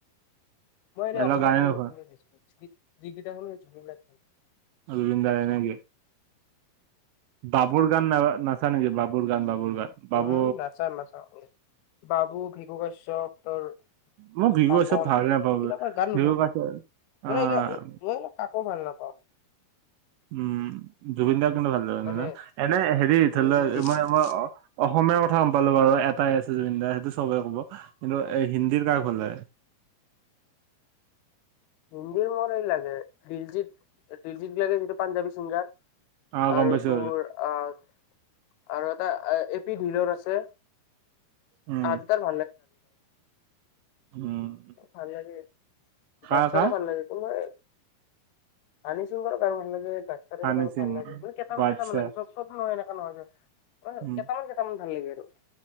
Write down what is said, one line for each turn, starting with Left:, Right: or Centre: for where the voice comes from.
Left: মই এনেই
Right: বেলেগ
Left: অসমীয়া
Right: গানে
Left: গান
Right: নোশোনা
Left: নুশুন বেছি, যি-যিকেইটা শুনো জুবিন দা শুনো।
Right: অ জুবিন দাৰে নেকি? বাবুৰ গান না-নাচান নেকি? বাবুৰ গান, বাবুৰ গান। বাবু
Left: উম নাচাও নাচাও বাবু, ভিকু কাশ্যপ তোৰ
Right: মই বিহু
Left: পাপন
Right: চব ভাল নাপাওঁ
Left: এইবিলাকৰ গান
Right: বিহু
Left: নুশুনো
Right: অ
Left: মানে এইগিলা কাকো ভাল নাপাওঁ।
Right: উম জুবিন দাৰ কিন্তু ভাল লাগানো
Left: মানে
Right: ন, এনে হেৰি
Left: উম,
Right: ধৰি লোৱা
Left: দিপ-
Right: মই-মই অসমীয়াৰ কথা গম পালো বাৰু এটাই আছে জুবিন দা সেইটো চবে ক'ব। কিন্তু এ হিন্দীৰ কাক ভাল লাগে?
Left: হিন্দীৰ মোৰ এই লাগে দিলজিত দিলজিত <unintelligible> যিটো পাঞ্জাবী চিংগাৰ
Right: অ গম
Left: আৰু
Right: পাইছো
Left: তোৰ আহ আৰু এটা এপি ঢিলৰ আছে
Right: উম
Left: আৰু <unintelligible> হানি সিঙৰ
Right: উম
Left: ভাল লাগে।
Right: কাৰ
Left: বাদচাহৰো
Right: কাৰ
Left: ভাল লাগে, কিন্তু সেই হানিছিংৰ গান ভাল লাগে <unintelligible> মানে কেইটামান
Right: হানি সিং
Left: ভাল লাগে, মানে কেটামান
Right: বাদশাহ
Left: কেটামান লাগে চব চন হয় এনেকা নহয় যে। কেইটামান
Right: উম
Left: কেইটামান ভাল লাগে আৰু।